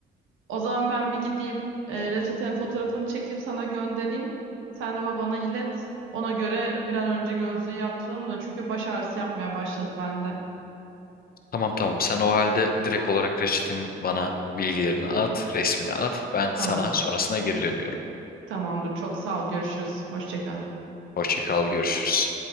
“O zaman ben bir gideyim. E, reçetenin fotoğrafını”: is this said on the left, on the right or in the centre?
Right